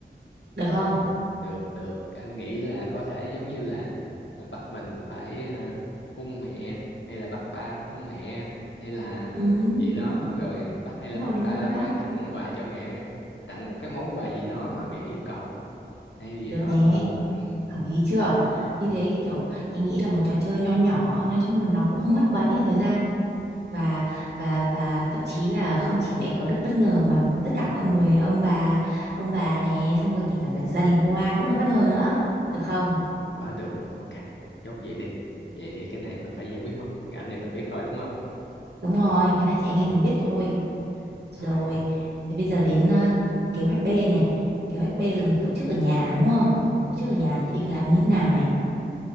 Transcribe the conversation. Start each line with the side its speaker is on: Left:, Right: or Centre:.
Right: được không?
Left: Ờ, được được anh nghĩ là có thể giống như là à, bắt mình phải ờ, hung mẹ hay là bắt ba hung mẹ hay là
Right: Ừ,
Left: gì đó rồi bắt hay
Right: đúng
Left: là
Right: rồi
Left: bắt
Right: đúng
Left: ba
Right: rồi đó
Left: phải tặng quà cho mẹ tặng một cái món quà gì đó mà mẹ yêu cầu hay gì
Right: được
Left: đó
Right: nè
Left: ừ ừ,
Right: hợp lý chưa như
Left: ừ,
Right: thế thì kiểu em nghĩ là một trò chơi nho nhỏ nói chung là nó cũng không mất quá nhiều thời gian và và và thậm chí là không chỉ mẹ có được bất ngờ mà tất cả mọi người ông bà ông bà này xong rồi kể cả
Left: ừ.
Right: gia đình qua cũng được bất ngờ nữa được không
Left: quá được ok chốt vậy đi vậy thì cái này mình phải giữ bí mật anh em mình biết thôi đúng không
Right: đúng rồi cái này chị
Left: ừ.
Right: anh em mình biết thôi rồi
Left: rồi
Right: thế bây giờ đến ờ, kế hoạch B này kế hoạch B là mình tổ chức ở nhà đúng không tổ chức ở nhà thì định làm như thế nào này